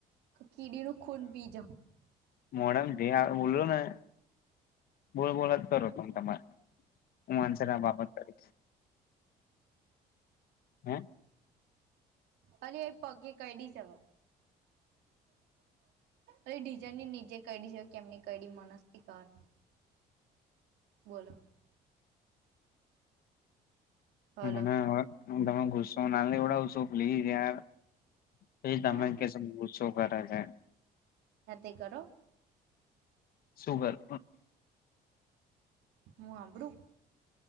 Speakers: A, on the right; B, on the left.
A: કીડી નું ખૂન પી જાવ
B: મોડામ જે <unintelligible> આવેને બોલોને બોલ બોલ જ કરો તમ તમારે, હું અંસાર આપ આપ કરીસ. હે?
A: અલી એ પગે કઈડીશે અવે. <unintelligible> ડીજાની નીચે કાયડી છે કે એમની કડી મન સી ખબર બોલો
B: મને
A: હલો
B: હવે તમે ગુસો ના લેવડાવશો, પ્લીઝ યાર પછી તમે
A: ક્યાં
B: કેશો ગુસ્સો કરે છે.
A: નથી કરો
B: સુુ કરું?
A: હું હાભળું